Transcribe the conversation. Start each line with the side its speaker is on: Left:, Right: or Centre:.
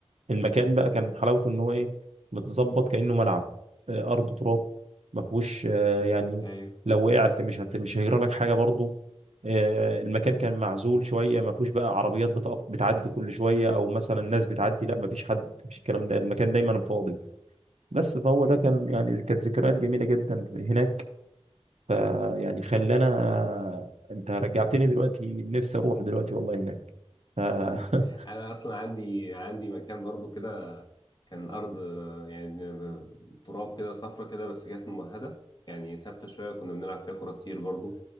Right: المكان بقى كان حلاوته ان هو ايه متظبط كانه ملعب آه، ارض تراب ما فيهوش آه، يعني
Left: أمم.
Right: لو وقعت مش هت... مش هيجرى لك حاجه برضه آه، المكان كان معزول شويه ما فيهوش بقى عربيات بتقف بتعدي كل شويه او مثلا ناس بتعدي لا ما فيش حد ما فيش الكلام ده المكان دايما فاضي بس فهو ده كان يعني كانت ذكريات جميله جدا هناك فيعني خلانا انت رجعتني دلوقتي نفسي اروح دلوقتي والله هناك ف...
Left: <laughs>
Right: <laughs>
Left: انا اصلا عندي عندي مكان برضو كده كان ارض آه، يعني ب- تراب كده صفرة كده بس كانت ممهدة يعني ثابتة شوية كنا بنلعب فيها كورة كتير برضو